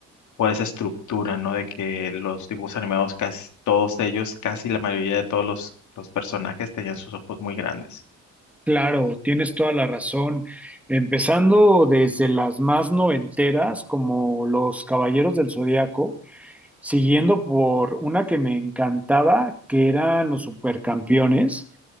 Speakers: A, on the left; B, in the centre.
A: por esa estructura, ¿no? De que los dibujos animados, casi todos ellos, casi la mayoría de todos los, los personajes tenían sus ojos muy grandes.
B: Claro, tienes toda la razón. Empezando desde las más noventeras, como Los Caballeros del Zodiaco, siguiendo por una que me encantaba, que eran Los Supercampeones.